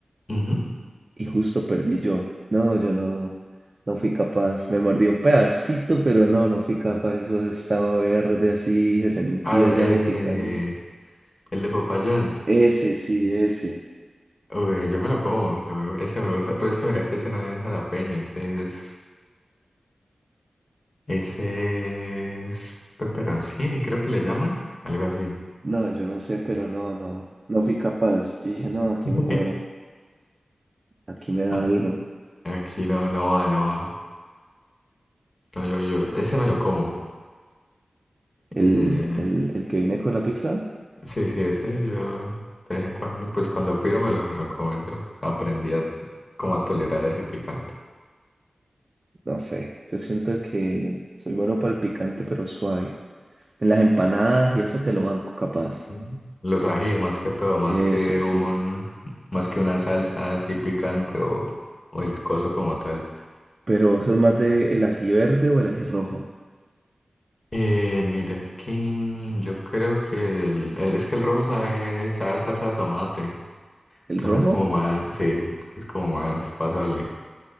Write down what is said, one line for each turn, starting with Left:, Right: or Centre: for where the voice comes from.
Left: ujú, ujú.
Right: Y justo perdí yo. No, yo no, no fui capaz. Me mordí un pedacito, pero no, no fui capaz. Eso estaba verde así, se sentía
Left: Ah, el,
Right: ya
Left: el
Right: de picante.
Left: de, el de Papa John's.
Right: Ese, sí, ese.
Left: Uy, yo me lo como, a mí ese me gusta, pero es que mira que ese no es jalapeño, ese es, ese es peperoncini, creo que le llaman, algo así.
Right: No, yo no sé, pero no, no. No fui capaz. Yo dije, no, aquí
Left: <laughs>
Right: me muero. Aquí me da
Left: Ah,
Right: algo.
Left: Aquí no, no va, no va. No, yo, yo, ese me lo como.
Right: El,
Left: Eh,
Right: el, el que viene con la pizza,
Left: sí, sí, ese yo de vez en cuando, pues cuando pido me lo, me lo como, yo aprendí a, como a tolerar ese picante.
Right: no sé, yo siento que soy bueno para el picante, pero suave. En las empanadas y eso te lo banco capaz.
Left: Mm. Los ajíes más que todo, más
Right: Eso
Left: que
Right: sí.
Left: un, más que una salsa así picante o, o el coso como tal.
Right: Pero vos sos más de el ají verde o el ají rojo.
Left: Eh, mira que yo creo que el, el- es que el rojo sabe, sabe a salsa de tomate.
Right: ¿El
Left: Entonces
Right: rojo?
Left: como más, sí, es como más pasable.